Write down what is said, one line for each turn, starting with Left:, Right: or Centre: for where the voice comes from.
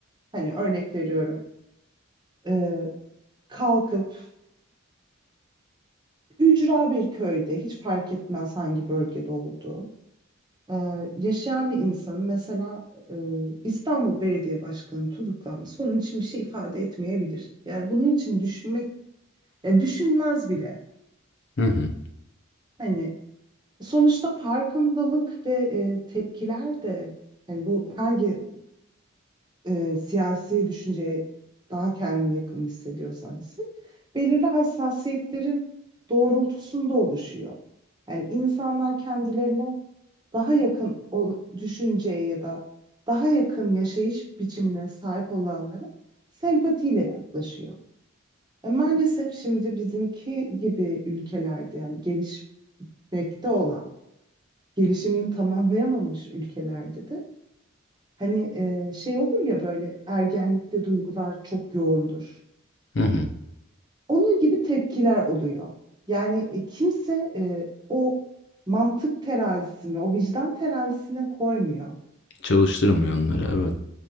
Right: Hani örnek veriyorum. e, kalkıp ücra bir köyde hiç fark etmez hangi bölgede olduğu Ee, yaşayan bir insanın mesela e, İstanbul Belediye Başkanı tutuklanması onun için bir şey ifade etmeyebilir. Yani bunun için düşünmek, ya düşünmez bile.
Left: Hı hı.
Right: Hani sonuçta farkındalık ve e, tepkiler de hani bu hangi e, siyasi düşünceye daha kendini yakın hissediyorsan hisset, belirli hassasiyetlerin doğrultusunda oluşuyor. Yani insanlar kendilerine daha yakın o düşünceye ya da daha yakın yaşayış biçimine sahip olanlara sempatiyle yaklaşıyor. E, maalesef şimdi bizimki gibi ülkelerde yani gelişmekte olan, gelişimini tamamlayamamış ülkelerde de Hani e, şey olur ya böyle ergenlikte duygular çok yoğundur.
Left: Hı hı.
Right: Onun gibi tepkiler oluyor. Yani e, kimse e, o mantık terazisini, o vicdan terazisine koymuyor.
Left: Çalıştırmıyor onları evet.